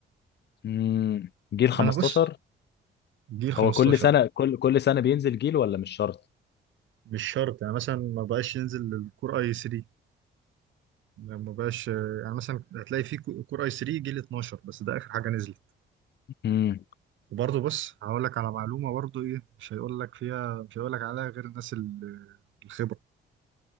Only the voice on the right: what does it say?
انا بص جيل 15
مش شرط يعني مثلا ما بقاش ينزل الكور اي 3 ما بقاش يعني مثلا هتلاقي في كو- كور اي 3 جيل 12 بس ده اخر حاجه نزلت
وبرضه بص هقول لك على معلومه برضه ايه مش هيقول لك فيها مش هيقول لك عليها غير الناس ال- الخبره